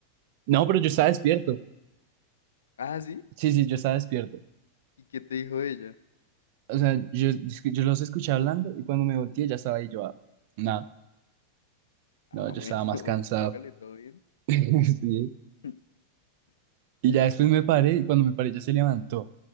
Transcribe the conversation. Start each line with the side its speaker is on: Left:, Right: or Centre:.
Right: No, pero yo
Left: y-
Right: estaba despierto.
Left: ah, sí,
Right: Sí, sí, yo estaba despierto.
Left: ¿y qué te dijo ella?
Right: O sea, yo, es que yo los escuché hablando y cuando me volteé ya estaba ahí yo, ah, no,
Left: Ah,
Right: no, yo
Left: bueno,
Right: estaba más
Left: <laughs> ol-
Right: cansado.
Left: hágale todo bien.
Right: <laughs> Sí.
Left: <laughs>
Right: Y
Left: Esa
Right: ya después
Left: Guadalupe.
Right: me paré y cuando me paré ya se levantó.